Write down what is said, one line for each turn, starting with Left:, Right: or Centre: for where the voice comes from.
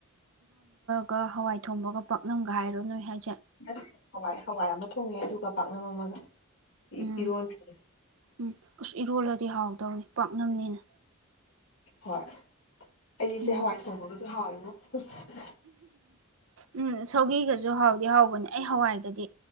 Right: ꯒ ꯍꯋꯥꯏ ꯊꯣꯡꯕꯒ ꯄꯥꯛꯅꯝꯒ ꯍꯥꯏꯔꯣ ꯅꯣꯏ ꯍꯥꯏ
Left: <unintelligible> ꯍꯋꯥꯏ ꯍꯋꯥꯏ ꯑꯃ ꯊꯣꯡꯉꯦ ꯑꯗꯨꯒ ꯄꯥꯛꯅꯝ ꯑꯃꯒ
Right: ꯎꯝ
Left: ꯏꯔꯣꯟꯗ꯭ꯔꯦ
Right: ꯎꯝ ꯑꯁ ꯏꯔꯣꯜꯂꯗꯤ ꯍꯥꯎꯗꯧꯅꯤ ꯄꯥꯛꯅꯝꯅꯤꯅ
Left: ꯍꯣꯏ ꯑꯩꯁꯦ
Right: ꯎꯝ
Left: ꯍꯋꯥꯏ ꯊꯣꯡꯕꯒꯁꯨ ꯍꯥꯎꯋꯦꯕꯣ ꯍꯝ
Right: ꯎꯝ ꯁꯧꯒꯤꯒꯁꯨ ꯍꯥꯎꯗꯤ ꯍꯥꯎꯕꯅꯦ ꯑꯩ ꯍꯋꯥꯏꯒꯗꯤ